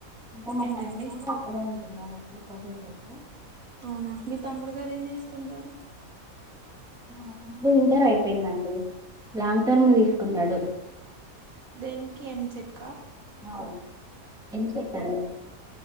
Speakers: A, in the centre; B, on the right.
A: అంటే మా
B: ఏంటండి
A: తమ్ముడు కూడా అక్కడే ఉంటున్నాడు ప్రజెంట్ ఐతే
B: అవునా మీ తమ్ముడు గారు ఏం చేస్తుంటారు
A: మా తముడు ఇంటర్ అయిపేందండి లాంగ్ టర్మ్ తీస్కున్నాడు
B: దేనికి ఏం సెట్
A: అవును ఏం సెట్ అండి